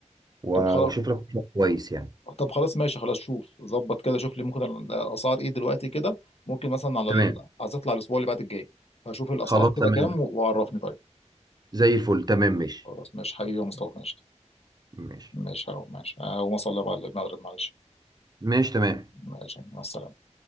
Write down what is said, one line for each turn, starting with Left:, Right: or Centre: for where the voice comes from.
Right: واشوف
Left: طب خلاص
Right: لك مكان كويس يعني
Left: طب خلاص ماشي خلاص شوف ظبط كده شوف لي ممكن الاسعار ايه دلوقتي كده ممكن مثلا على
Right: تمام
Left: ال... عايز اطلع الاسبوع اللي بعد الجاي هشوف الاسعار
Right: خلاص
Left: كده
Right: تمام
Left: كام و- وعرفني طيب
Right: زي الفل تمام ماشي
Left: خلاص ماشي حبيبي يا مصطفى ماشي
Right: ماشي
Left: ماشي اهو ماشي اهو ما صلي على المغرب معلش
Right: ماشي تمام
Left: ماشي مع السلامه